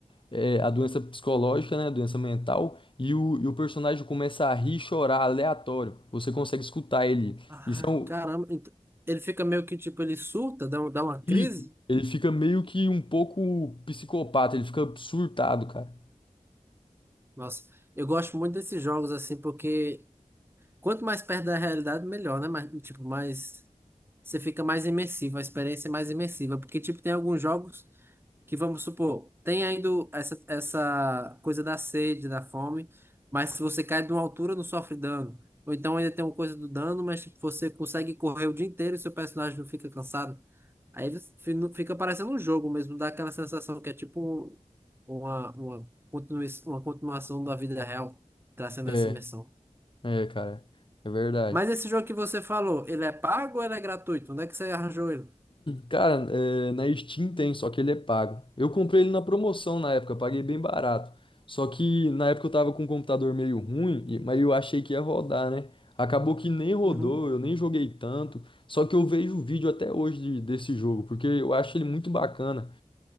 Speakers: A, on the left; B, on the right.
A: é, a doença psicológica, né, a doença mental, e o, e o personagem começa a rir e chorar aleatório. Você consegue escutar ele.
B: Ah,
A: Isso é um,
B: caramba. ent- Ele fica meio que, tipo, ele surta, dá, um- dá uma crise.
A: isso. Ele fica meio que um pouco psicopata, ele fica surtado, cara.
B: Nossa, eu gosto muito desses jogos, assim, porque quanto mais perto da realidade, melhor, né? Mas, tipo, mais. Você fica mais imersivo, a experiência é mais imersiva. Porque, tipo, tem alguns jogos. que vamos supor, tem ainda essa, essa coisa da sede, da fome, mas se você cai de uma altura, não sofre dano. Ou então ainda tem uma coisa do dano, mas tipo, você consegue correr o dia inteiro e seu personagem não fica cansado. Aí você fi- não- fica parecendo um jogo mesmo, dá aquela sensação que é tipo um- uma, uma, continui- uma continuação da vida real, trazendo
A: É,
B: essa imersão.
A: é, cara, é verdade.
B: Mas esse jogo que você falou, ele é pago ou ele é gratuito? Onde é que você arranjou ele?
A: Cara, é, na Steam tem, só que ele é pago. Eu comprei ele na promoção na época, paguei bem barato. Só que na época eu tava com um computador meio ruim, e- mas eu achei que ia rodar, né? Acabou que nem rodou,
B: Uhum,
A: eu nem joguei tanto. Só que eu vejo o vídeo até hoje de- desse jogo, porque eu acho ele muito bacana.